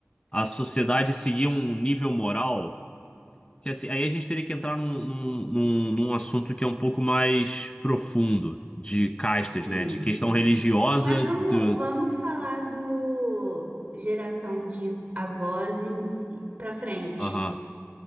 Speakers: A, on the left; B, on the right.
A: a sociedade seguia um nível moral Que assim, aí a gente teria que entrar num, num, num, num assunto que é um pouco mais profundo, de castas,
B: sim.
A: né? De questão religiosa
B: Mas vamos,
A: do.
B: vamos falar do geração de avós para frente,
A: Aham.